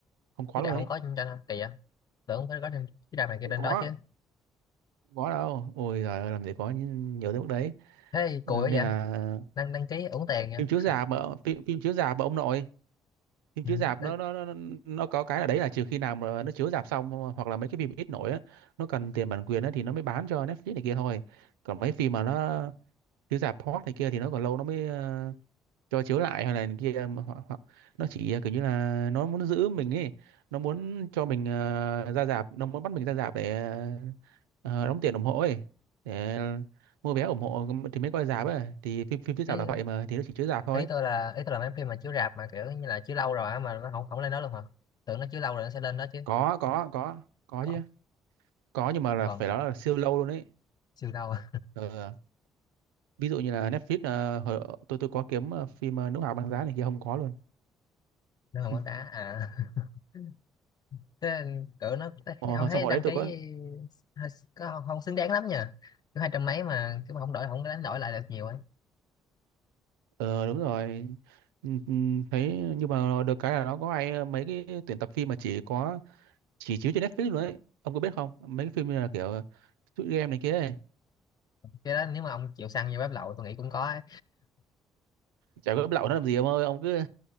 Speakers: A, on the right; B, on the left.
A: không có
B: Chứ
A: luôn
B: trà
A: ấy
B: không có trên trên hả? Kỳ vậy? Tưởng phải có trên chứ trà này kia
A: không
B: trên
A: có
B: đó chứ.
A: không có đâu ôi giời ơi, làm gì có những- nhiều tới mức đấy
B: Thế thì cùi
A: Ờ, nên
B: quá vậy?
A: là
B: Đăng đăng ký uổng tiền vậy?
A: phim chiếu rạp mà phim, phim chiếu rạp mà ông nội phim chiếu
B: Ừ.
A: rạp
B: Đăng
A: nó nó nó nó có cái là đấy là trừ khi nào mà nó chiếu rạp xong hoặc là mấy cái phim ít nổi á nó cần tiền bản quyền á thì nó mới bán cho Netflix này kia thôi còn mấy phim mà nó chiếu rạp hot này kia thì nó còn lâu nó mới ờ, cho chiếu lại hay là này kia mà họ, họ nó chỉ à, kiểu như là nó muốn giữ mình ấy nó muốn cho mình ờ, ra rạp nó muốn bắt mình ra rạp để ờ, ờ, đóng tiền ủng hộ ấy để mua vé ủng hộ thì mới coi rạp ấy thì phim phim phía rạp
B: ký
A: là vậy mà thì nó chỉ chiếu rạp thôi
B: ý tôi là ý tôi là mấy phim mà chiếu rạp mà kiểu như là chiếu lâu rồi á mà nó không không lên đó luôn hả tưởng nó chiếu lâu rồi nó sẽ lên đó chứ
A: có có có có
B: còn
A: chứ có nhưng mà là
B: còn
A: phải nói là siêu lâu luôn ấy
B: siêu đâu <laughs> à?
A: Ờ, ví dụ như là Netflix ờ, hồi- tôi tôi có kiếm ờ, phim ờ, Nữ Hoàng Băng Giá này kia không có luôn
B: nó không
A: ừ.
B: có đá à <laughs> thế cỡ nó thấy-
A: Ờ,
B: ông thấy
A: xong hồi
B: đăng
A: đấy
B: ký
A: tôi có
B: hơi- có không, không xứng đáng lắm nha cứ hai trăm mấy mà cứ mà không đổi không có đánh đổi lại được nhiều ấy
A: Ờ đúng rồi Ừ, ừ, thấy nhưng mà được cái là nó có hay mấy cái tuyển tập phim mà chỉ có chỉ chiếu trên Netflix luôn ấy ông có biết không mấy cái phim như là kiểu shoot game này kia ấy.
B: cái đó nếu mà ông chịu săn vô bếp lậu tôi nghĩ cũng có ấy.
A: chả có gấp lậu nó làm gì ông ơi ông cứ